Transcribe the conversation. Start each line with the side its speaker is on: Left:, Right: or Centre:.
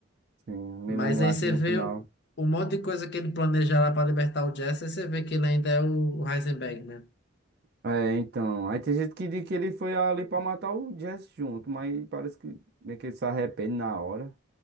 Right: sim, me
Left: Mas
Right: lembro
Left: aí
Right: lá
Left: você
Right: que no
Left: vê
Right: final.
Left: o o monte de coisa que ele planeja lá para libertar o Jesse, aí você vê que ele ainda é o o Heisenberg, né?
Right: É, então. Aí tem gente que diz que ele foi ali pra matar o Jess junto, mas parece que meio que ele se arrepende na hora.